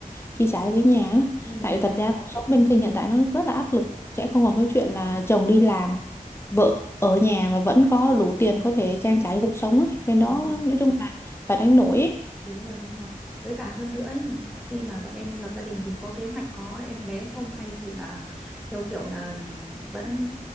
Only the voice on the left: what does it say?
chi trả cho cái nhà á.
Tại
vì thật ra cuộc sống bên sinh hiện tại nó rất là áp lực sẽ không còn cái chuyện là chồng đi làm vợ ở nhà mà vẫn có đủ tiền có thể trang trải cho cuộc sống ấy bên đó
nói chung là phải đánh đổi ấy.